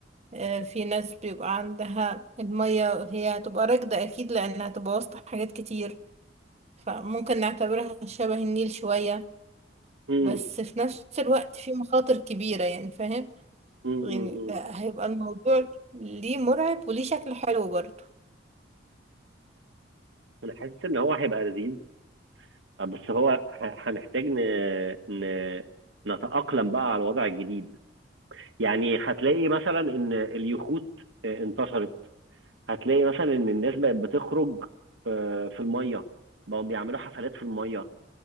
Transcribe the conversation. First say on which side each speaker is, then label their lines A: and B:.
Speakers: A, on the right (about 35°); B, on the right (about 75°).
A: آه في ناس بيبقى عندها المية هي هتبقى راكدة أكيد لأنها هتبقى وسط حاجات كتير فممكن نعتبرها شبه النيل شوية
B: امم
A: بس في نفس الوقت في مخاطر كبيرة يعني فاهم
B: امم
A: يعني
B: امم
A: هيبقى الموضوع ليه مرعب وليه شكل حلو برضه
B: انا حاسس ان هو هيبقى لذيذ بس هو ه- هنحتاج ن... ن... نتأقلم بقى على الوضع الجديد يعني هتلاقي مثلا ان اليخوت آه، انتشرت هتلاقي مثلا ان الناس بقت بتخرج آه، في الميه بقوا بيعملوا حفلات في الميه